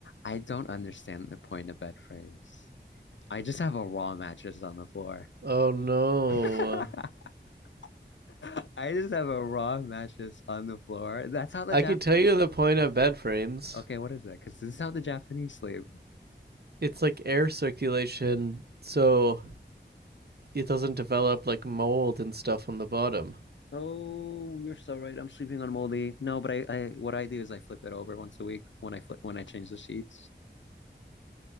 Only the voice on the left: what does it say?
I don't understand the point of bed frames. I just have a raw mattress on the floor.
<laughs> <laughs> I just have a raw mattress on the floor. That's how the
Japanese.
Okay, what is that? Because this is how the Japanese sleep.
Oh, you're so right. I'm sleeping on moldy. No, but I, I, what I do is I flip it over once a week when I flip when I change the sheets.